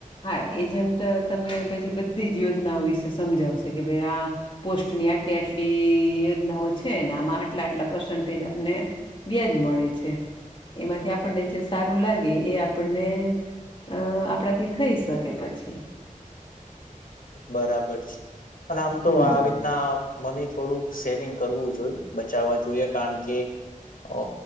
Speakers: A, on the left (about 35°); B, on the left (about 80°).
A: હા એજન્ટ તમને પછી બધી જ યોજનાઓ વિશે સમજાવશે કે ભઈ આ પો સ્ટની આટલી આટલી યોજનાઓ છે ને આમાં આટલા આટલા પર્સન્ટેજ આપને વ્યાજ મળે. ળે છે એમાંથી આપણને જે સારું લાગે એ આપણને અ આપણાથી થઈ શકે પછી.
B: બરાબર છે પણ આમ તો
A: હમ
B: આવી રીતના મની થોડું સેવિંગ કરું જોઈ બચાવા જોઈ કરણ કી અ